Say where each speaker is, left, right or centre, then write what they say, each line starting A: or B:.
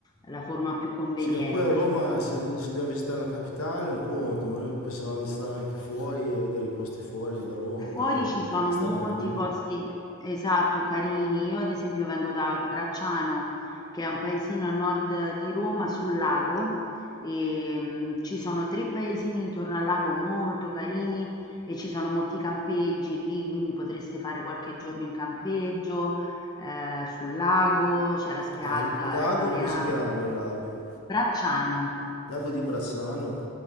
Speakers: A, on the left; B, on the left.
A: la forma più conveniente.
B: Sì, ma poi a Roma se, se dobbiamo visitare la capitale è un conto, ma noi pensavamo di stare anche fuori e vedere i posti fuori da Roma
A: Fuori
B: perché
A: ci sono
B: per
A: molti
B: stare tranquilli.
A: posti, esatto, carini. Io ad esempio vengo da Bracciano, che è un paesino a nord di Roma sul lago, e mm, ci sono tre paesini intorno al lago molto carini e ci sono molti campeggi lì, quindi potreste fare qualche giorno in campeggio, eh, sul lago, c'è la spiaggia,
B: Ah, il lago
A: è balneabile.
B: come si chiama il lago?
A: Bracciano.
B: Lago di Bracciano?